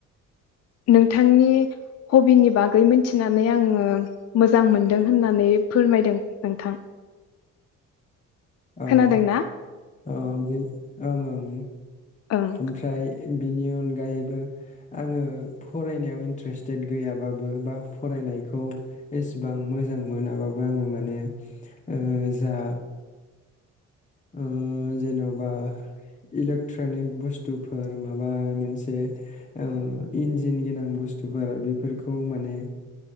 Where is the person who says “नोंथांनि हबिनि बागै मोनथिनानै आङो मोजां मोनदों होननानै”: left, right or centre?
Left